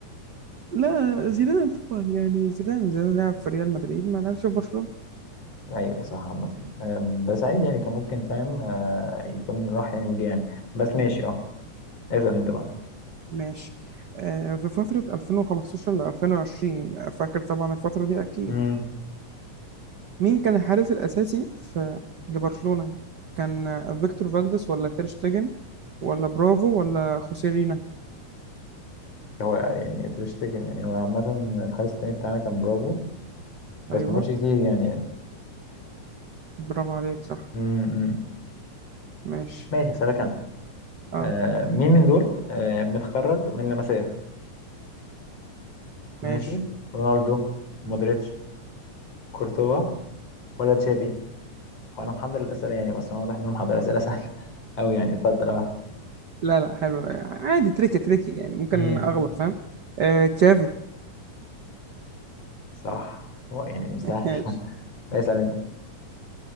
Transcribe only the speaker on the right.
لا زيدان طبعا يعني زيدان زيدان لعب في ريال مدريد ما لعبش في برشلونة
ماشي آه في فترة 2015 ل 2020 فاكر طبعا الفترة دي أكيد
مين كان الحارس الأساسي في لبرشلونة؟ كان فيكتور فالديس ولا تير شتيجن ولا برافو ولا خوسيه رينا؟
أيوه
برافو عليك صح
ماشي
اه
ماشي
لا لا حلو عادي تريكي تريكي يعني ممكن
أغلط فاهم آه تشافي
ماشي